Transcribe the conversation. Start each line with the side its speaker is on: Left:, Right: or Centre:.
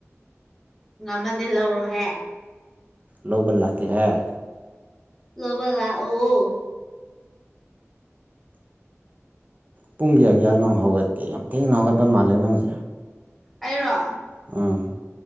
Centre: ꯉꯝꯃꯗꯤ ꯂꯧꯔꯣꯍꯦ
Right: ꯂꯧꯕ ꯂꯥꯛ ꯀꯦꯍ‌ꯦ
Centre: ꯂꯧꯕ ꯂꯥꯛꯑꯣ
Right: ꯄꯨꯡ ꯀꯌꯥ ꯀꯌꯥ ꯅ‌ꯣ ꯍꯧꯒꯠꯀꯦ ꯌꯥꯝ ꯊꯦꯡꯅ ꯍꯧꯒꯠꯄ ꯃꯥꯜꯂꯦ ꯅꯪꯁꯦ
Centre: ꯑꯩꯔꯣ
Right: ꯑꯥ